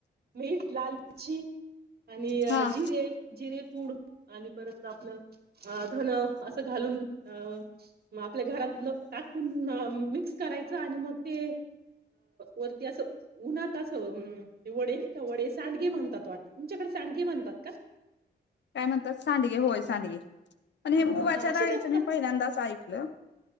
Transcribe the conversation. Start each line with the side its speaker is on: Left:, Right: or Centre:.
Right: मीठ लालची आणि अ
Left: हा
Right: जिरे जिरेपूड आणि परत तापलं अ धन असं घालून अ मग आपल्या घरातलं टाकून मिक्स करायचं आणि मग ते वरती असं उन्हात असं वडे नाही का वडे सांडगे म्हणतात वाटतं, तुमच्याकडे सांडगे म्हणतात का?
Left: काय म्हणतात सांडगे होय सांडगे पण हे मुगाच्या
Right: हा असेच
Left: डाळीचे
Right: असतात
Left: मी पहिल्यांदाच ऐकते. हॅलो..